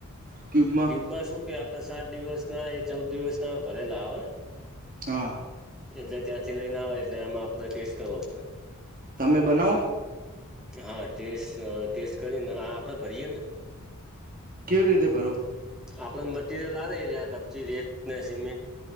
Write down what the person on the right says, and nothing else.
<inaudible>
હા
તમે બનાવ?
કેવી રીતે ભરો?